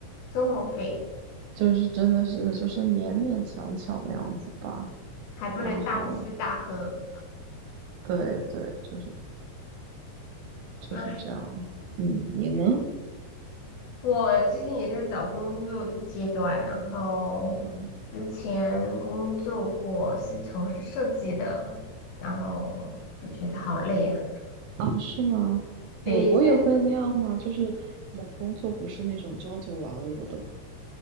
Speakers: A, on the left (about 70°); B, on the right (about 80°).
A: 生活费，
B: 就是真的是就是勉勉强强那样子吧。
A: 还不能大吃大喝。
B: 然后对对，就是就是这样。
A: 唉，
B: 嗯，你呢？
A: 我最近也在找工作的阶段，然后之前工作过是从事设计的，
B: 嗯，
A: 然后就觉得好累啊。
B: 哦，是吗？美国也会那样吗？
A: 对，现
B: 就是你的工作不是那种朝九晚五的吗？